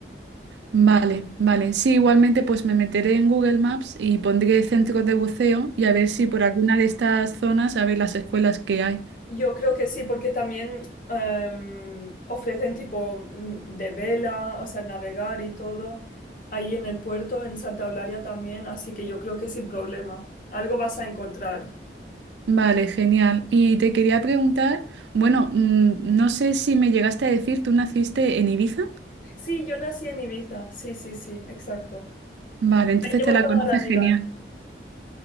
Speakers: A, on the right; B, on the left.
A: Vale, vale. Sí, igualmente pues me meteré en Google Maps y pondré centros de buceo y a ver si por alguna de estas zonas, a ver las escuelas que hay.
B: Yo creo que sí, porque también em, ofrecen tipo mm, de vela, o sea, navegar y todo, ahí en el puerto, en Santa Eulalia también, así que yo creo que sin problema. Algo vas a encontrar.
A: Vale, genial. Y te quería preguntar, bueno, mm, no sé si me llegaste a decir, ¿tú naciste en Ibiza?
B: Sí, yo nací en Ibiza, sí, sí, sí, exacto.
A: Vale, entonces
B: La llevo
A: te la
B: toda
A: conoces
B: la vida
A: genial.
B: ahí.